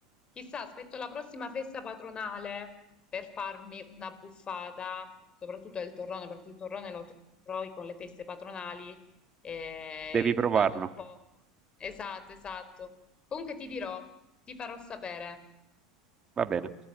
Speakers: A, on the left; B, on the right.
A: chissà, aspetto la prossima festa patronale per farmi una buffata, soprattutto del torrone, perché il torrone lo trovi con le feste patronali, e
B: Devi provarlo.
A: di farmi un po'. Esatto, esatto. Comunque ti dirò, ti farò sapere.
B: Va bene.